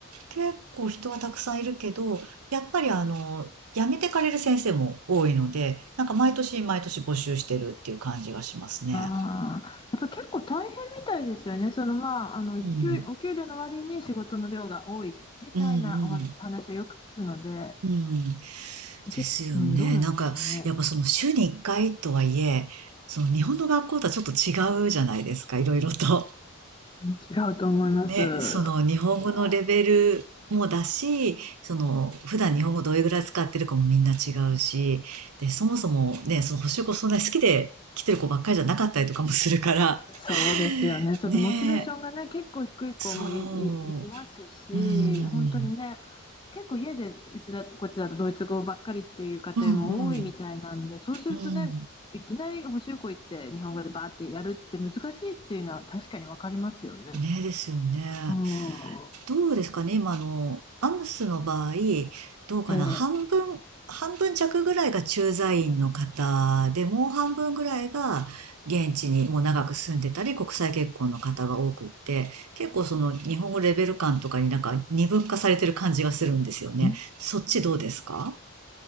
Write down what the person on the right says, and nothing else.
結構人はたくさんいるけど、やっぱりあの、辞めてかれる先生も多いので、なんか毎年毎年募集してるっていう感じがしますね。
うん。
うんうん。うん。
ですよね。
なんか、やっぱその週に1回とはいえ、その日本の学校とはちょっと違うじゃないですか、いろいろと。
ね、
その日本語のレベルもだし、
その普段日本語どれぐらい使ってるかもみんな違うし、
で、そもそもね、その補習校そんなに好きで来てる子ばっかりじゃなかったりとかもするから、
<laughs>
ねえ、
そ
う、うん、
うん、うん、
うん、
ねえですよね。
どうですかね、今あの、アムスの場合、どうかな、
半分、半分弱ぐらいが駐在員の方で、もう半分ぐらいが現地にもう長く住んでたり、国際結婚の方が多くって、結構その日本語レベル感とかになんか二分化されてる感じがするんですよね。
そっちどうですか